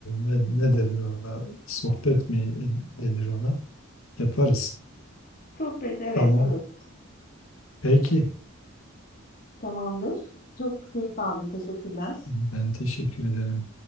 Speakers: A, on the left (about 90°); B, on the left (about 45°).
A: ne, ne denir ona? Sohbet mi denir ona? Yaparız.
B: Sohbet, evet,
A: Tamam.
B: evet.
A: Peki.
B: Tamamdır. Çok keyif aldım. Teşekkürler.
A: Ben teşekkür ederim.